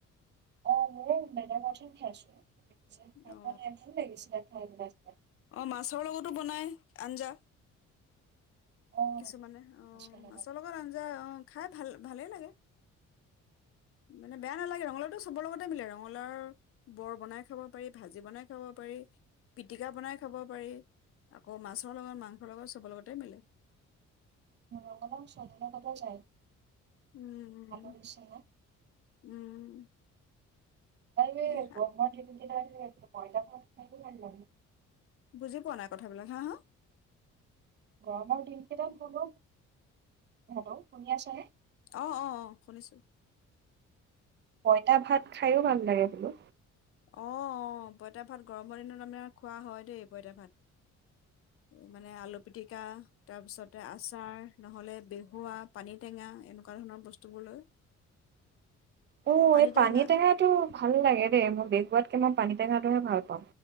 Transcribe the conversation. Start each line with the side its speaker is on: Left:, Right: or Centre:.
Right: অ', মোৰ <unintelligible> হে খাইছো।
Left: অ
Right: এ লাগিছিলে <inaudible>
Left: অ', মাছৰ লগতো বনাই আঞ্জা।
Right: অ
Left: কিছুমানে অ',
Right: আচলতে
Left: মাছৰ লগত আঞ্জা অ', খাই ভাল ভালেই লাগে। মানে বেয়া নালাগে ৰঙলাউটো চ চবৰ লগতে মিলে ৰঙালাও বৰ বনাই খাব পাৰি ভাজি বনাই খাব পাৰি পিটিকা বনাই খাব পাৰি আক মাছৰ লগত মাংস লগত চবৰ লগতে মিলে।
Right: ৰঙালাউ <unintelligible> যায়।
Left: উম,
Right: আলু
Left: উম,
Right: নিচিনা
Left: উম।
Right: আৰু ই
Left: এই
Right: গ <unintelligible> <unintelligible> পইতাভাত <unintelligible>
Left: বুজি পোৱা নাই কথা বিলাক, হা, হা।
Right: গৰমৰ দিন কেইটাত বোলো হেল্ল' শুনি আছেনে?
Left: অ অ অ শুনিছো
Right: পইতা ভাত খাইওঁ ভাল লাগে বোলো।
Left: অ', অ', পইতা ভাত গৰমৰ দিনত আমাৰ খোৱা হয় দেই পইতা ভাত। এ মানে আলু পিটিকা তাৰপিছতে আচাৰ নহ'লে বেহুৱা, পানীটেঙা এনেকুৱা ধৰণৰ বস্তুবোৰ লৈ।
Right: অ',
Left: পানী
Right: এই
Left: টেঙা
Right: পানীতেঙাটো ভাল লাগে দেই মই বেহোৱাতকে মই পানী টেঙাটোহে ভাল পাওঁ।